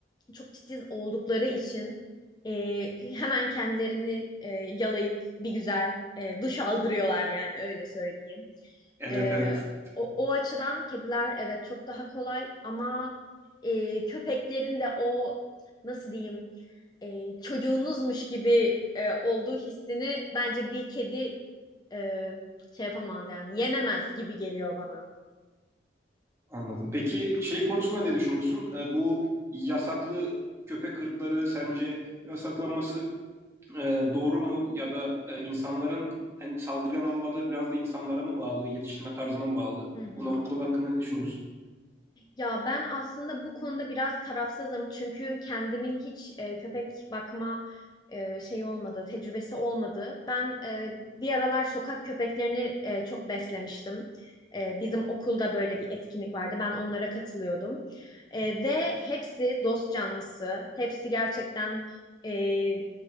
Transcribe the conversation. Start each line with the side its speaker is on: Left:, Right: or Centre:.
Left: çok titiz oldukları için e, hemen kendilerini e, yalayıp bir güzel e, duş aldırıyorlar yani öyle söyleyeyim.
Right: Evet
Left: E,
Right: evet
Left: o, o açıdan kediler evet çok daha kolay ama e, köpeklerin de o nasıl diyeyim e, çocuğunuzmuş gibi e, olduğu hissini bence bir kedi e, şey yapamaz yani yenemez gibi geliyor bana.
Right: anladım. Peki şey konusunda ne düşünüyorsun? E, bu yasaklı köpek ırkları sence yasaklanması e, doğru mu? Ya da e, insanların yani saldırgan olmaları biraz da insanlara mı bağlı, yetiştirme tarzına mı bağlı?
Left: Hı hı.
Right: Bu nokta hakkında ne düşünüyorsun?
Left: Ya ben aslında bu konuda biraz tarafsızım çünkü kendimin hiç e, köpek bakma e, şeyi olmadı, tecrübesi olmadı. Ben e, bir aralar sokak köpeklerini e, çok beslemiştim. E, bizim okulda böyle bir etkinlik vardı. Ben onlara katılıyordum. E, ve hepsi dost canlısı, hepsi gerçekten e,